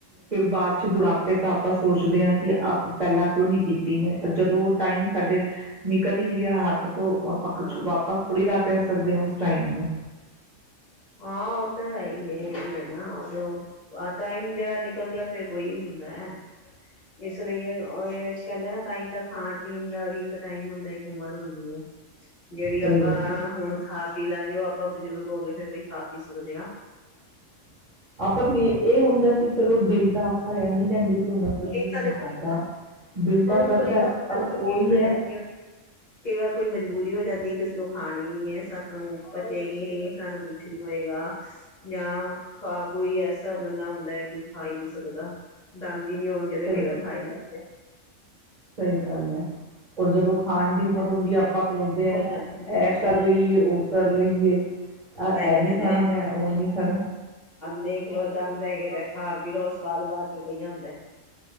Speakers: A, on the right; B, on the left.
A: ਫਿਰ ਬਾਅਦ ਬੁਢਾਪੇ ਤਾਂ ਆਪਾਂ ਸੋਚਦੇ ਹਾਂ ਕਿ ਆ ਪਹਿਲਾਂ ਕਿਉਂ ਨਹੀਂ ਕੀਤੀ ਮੈਂ ਜਦੋਂ ਟਾਈਮ ਸਾਡੇ ਨਿਕਲ ਹੀ ਜ ਹੱਥ ਆਪਾਂ ਕੁਛ
B: ਹਾਂ
A: ਵਾਪਸ ਥੋੜ੍ਹੀ ਲਾ ਕੇ ਆ ਸਕਦੇ ਹਾਂ ਉਸ ਟਾਈਮ ਨੂੰ।
B: ਹਾਂ ਉਹ ਤਾਂ ਹੈ ਹੀ ਹੈ ਇਹ ਵੀ ਨਾ ਉਹਦੌ ਆ ਟਾਈਮ ਜਿਹੜਾ ਨਿਕਲ ਗਿਆ ਫੇਰ ਕੋਈ ਹੁੰਦਾ ਹੈ। ਇਸ ਲਈ ਇਹ ਕਹਿੰਦੇ ਨਾ ਤਾਂਹੀ ਤਾਂ ਖਾਣ ਪੀਣ ਦਾ ਵੀ ਇੱਕ ਟਾਈਮ ਹੁੰਦਾ ਇੱਕ ਉਮਰ ਹੁੰਦੀ ਹੈ। ਜਿਹੜੀ
A: ਸਹੀ
B: ਆਪਾਂ
A: ਗੱਲ ਹੈ
B: ਹੁਣ ਖਾ ਪੀ ਲਾਗੇ ਉਹ ਅ ਆਪਾਂ ਬਜ਼ੁਰਗ ਹੋ। ਗਏ ਫੇਿਰ ਕੋਈ ਖਾ ਪੀ ਸਕਦੇ ਹਾਂ।
A: ਨਾ ਆਪਾਂ ਇਹ ਹੁੰਦਾ ਕਿ ਚਲੋ ਦਿਲ ਤਾਂ ਆਪਾਂ ਨੀ ਕਹਿੰਦੇ। ਕਿ ਉਹਨਾਂ ਦਾ
B: ਦੇਰ
A: ਵੀ ਨਹੀਂ
B: ਤਾਂ ਦੇਖੋ
A: ਕਰਦਾ ਦਿਲ ਤਾਂ
B: ਕਈ
A: ਕਰਦਾ
B: ਵਾਰਠੀ
A: ਪਰ ਉਹੀ
B: ਹੋ। ਜਾਂਦੀ
A: ਹੈ
B: ਕਈ ਵਾਰ ਕੋਈ ਮਜਬੂਰੀ ਹੋ ਜਾਂਦੀ ਹੈ। ਕਿਸ ਖਾਣੀ ਨੀ ਹੈ ਸਾਨੂੰ ਬਚੇਗੀ ਨੀ। ਸਾਨੂੰ ਕੁੱਛ ਨੀ। ਹੋਏਗਾ ਜਾਂ ਖਾ ਕੋਈ ਐਸਾ ਬੰਦਾ ਹੁੰਦਾ ਹੈ ਕੋਈ ਖਾ ਹੀ ਨਹੀਂੀ ਸਕਦਾ। ਦੰਦ ਨੀ ਹੋਣਗੇ ਤੇ
A: ਸਹੀ
B: ਕਈ ਵਾਰ
A: ਹੈ।
B: ਖਾਾਈ <unintelligible>
A: ਸਹੀ ਗੱਲ ਹੈ ਰ ਜਦੋਂ ਖਾਣ ਦੀ ਉਮਰ ਹੁੰਦੀ ਹੈ। ਆਪਾਂ ਸੋਚਦੇ ਹਾਂ
B: ਹੋ ਜਾਂਦੇ ਨੇ
A: ਇਹ ਕਰ
B: ਹਮ
A: ਲਈਏ ਉਹ ਕਰ ਲਈਏ। ਆ
B: ਤਾਂ
A: ਇਹ
B: ਹੀ ਤਾਂ
A: ਨਹੀਂੀ
B: ਕਹਿੰਦੇ
A: ਖਾਣਾ ਮੈਂ। ਉਹ ਨਹੀਂੀ ਖਾਣਾ।
B: ਦੇਖਲੋ ਦਦ ਹੈਗੇ ਤੇ ਖਾ ਪੀ ਲੋਓ ਸਵਾਦ ਬਾਅਦ ਚੋਂ ਕਈ ਹਦਾ।